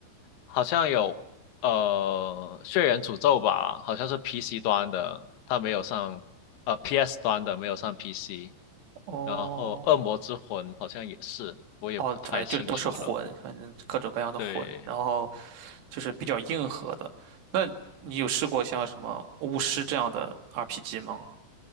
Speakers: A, on the left; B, on the right.
A: 好像有呃《血缘诅咒》吧，好像是 PC 端的，它没有上呃 PS 端的没有上 PC，
B: 哦
A: 然后《恶魔之魂》好像也是，我也不太清楚了。
B: 哦，反正就是都是魂，反正各种各样的魂，
A: 对，
B: 然后就是比较硬核的。那你有试过像什么巫师这样的 RPG 吗？